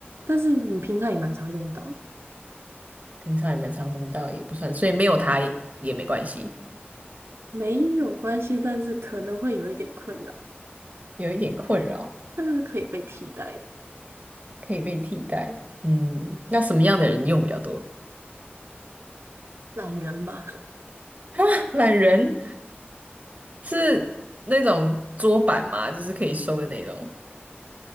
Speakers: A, on the right; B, on the right.
A: 但是你平常也蛮常用到，
B: 平常也蛮常用到，也不算，所以没有它也也没关系，
A: 没有关系，但是可能会有一点困扰，
B: 有一点困扰，
A: 但是可以被替代的，
B: 可以被替代。嗯，那什么样的人用比较多？
A: 懒人吧？
B: <laughs> 懒人是那种桌板吗？就是可以收的那种，